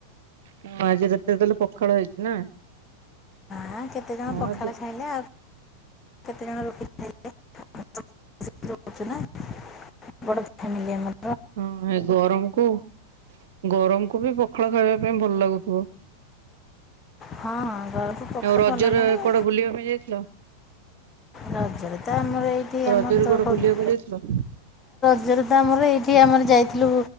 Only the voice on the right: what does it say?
ହଁ ଆଜି ରାତିରେ ତାହେଲେ ପଖାଳ ହୋଇଛି ନା?
ହଁ
ଏବେ
ହଁ ଗରମକୁ ଗରମକୁ ବି ପଖାଳ ଖାଇବା ପାଇଁ ଭଲ ଲାଗୁଥିବ
ଆଉ ରଜରେ
କୁଆଡେ ବୁଲିବା ପାଇଁ ଯାଇଥିଲ?
ରଜରେ
କୁଆଡ଼େ
ବୁଲିବାକୁ ଯାଇଥିଲ?